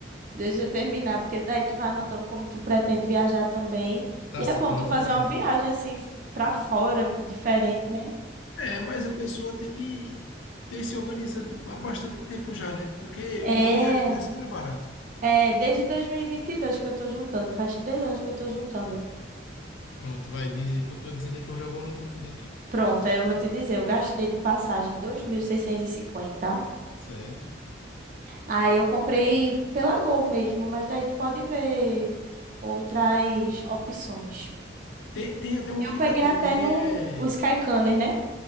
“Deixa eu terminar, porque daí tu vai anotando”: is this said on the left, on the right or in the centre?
Right